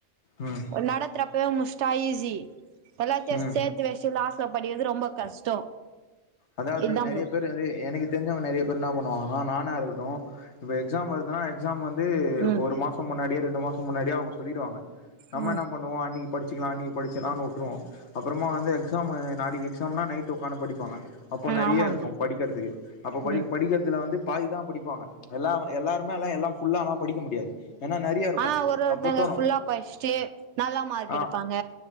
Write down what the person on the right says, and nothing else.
நடத்துறப்பவே முச்சுடா ஈசி எல்லாத்தையு
சேத் சேத்து வெச்சிட்டு லாஸ்ல படிகிறது ரொம்ப கஷ்டோ
இதா
ப்ரோ
ம்
ம் ம்
ஆமா
ப்ரோ
ம்
ஆனா ஒரு ஒருத்தங்க
ஃபுல்லா படிச்சுட்டு நல்லா மார்க்
எடுப்பாங்க